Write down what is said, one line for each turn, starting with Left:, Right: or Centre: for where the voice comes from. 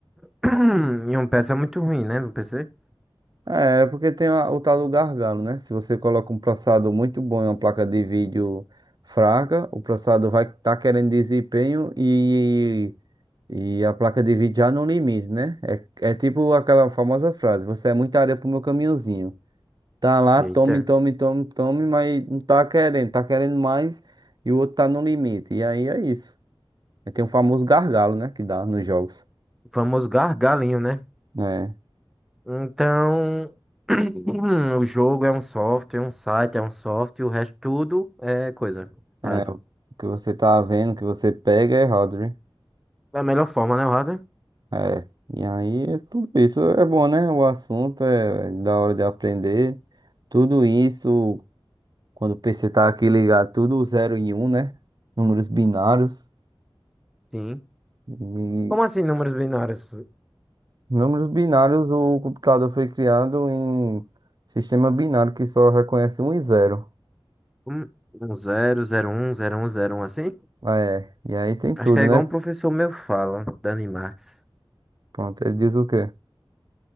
Centre: <clears throat> e uma peça muito ruim, né, no PC?
Right: É, é porque tem a- o tal do gargalo, né? Se você coloca um processador muito bom e uma placa de vídeo fraca, o processador vai estar querendo desempenho e E a placa de vídeo já no limite, né? É, é tipo aquela famosa frase: Você é muita areia pro meu caminhãozinho. Tá lá,
Centre: Eita,
Right: tome, tome, tome, tome, mas não tá querendo, tá querendo mais e o outro tá no limite. E aí é isso. Aí Tem o famoso gargalo, né? Que dá nos jogos.
Centre: o famoso gargalinho, né?
Right: É,
Centre: Então, <clears throat> o jogo é um software, um site é um software, o resto tudo é coisa. Hardware.
Right: é, o que você tá vendo, o que você pega é errado, né?
Centre: Da melhor forma, né, o hardware?
Right: É. E aí, é tudo isso é bom, né? O assunto é da hora de aprender. Tudo isso. Quando o PC tá aqui ligado, tudo zero e um, né? Números binários.
Centre: Sim.
Right: E
Centre: Como assim, números binários?
Right: números binários, o computador foi criado em sistema binário que só reconhece um e 0.
Centre: Um, um zero, zero, um, zero, um, zero, um, assim?
Right: É, e aí tem tudo,
Centre: Acho que é igual
Right: né?
Centre: um professor meu fala, Dani Marx.
Right: Pronto, ele diz o quê?